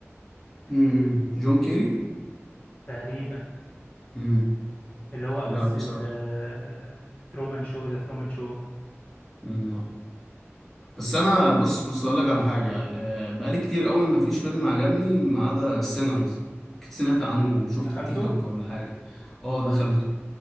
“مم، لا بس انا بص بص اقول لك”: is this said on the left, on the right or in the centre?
Centre